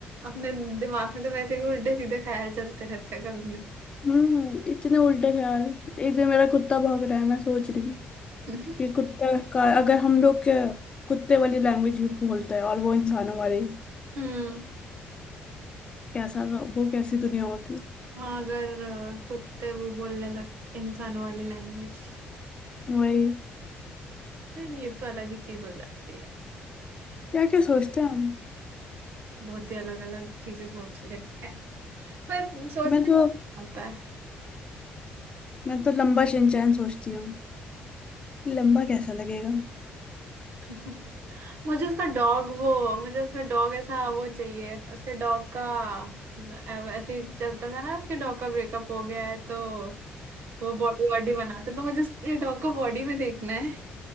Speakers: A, on the right; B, on the left.
A: अपने दिमाग में तो वैसे भी उल्टे सीधे ख्याल चलते रहते हैं कभी ना
B: हम्म इतने उल्टे ख्याल एक दिन मेरा कुत्ता भौंक रहा है मैं सोच रही हूँ
A: <laughs>
B: कि कुत्ता का अगर हम लोग के कुत्ते वाली लैंग्वेज बोलता है और वो इंसानों वाली
A: हम्म
B: कैसा वो कैसी दुनिया होती
A: हाँ, अगर अ, कुत्ते वो बोलने लगते इंसानों वाली लैंग्वेज
B: वही
A: ये तो अलग ही चीज हो जाती है
B: क्या क्या सोचते हैं हम
A: बहुत ही अलग अलग चीजें सोच लेते हैं पर सोचने
B: मैं तो
A: आता
B: मैं तो लंबा शिनचैन सोचती हूँ लंबा कैसा लगेगा
A: है <laughs> मुझे उसका डॉग वो मुझे उसका डॉग ऐसा वो चाहिए उसके डॉग का ऐ- ऐसे ही चलता था ना उसके डॉग का ब्रेकअप हो गया है तो वो बॉडी बॉडी बनाता है, तो मुझे उसके डॉग को बॉडी में देखना है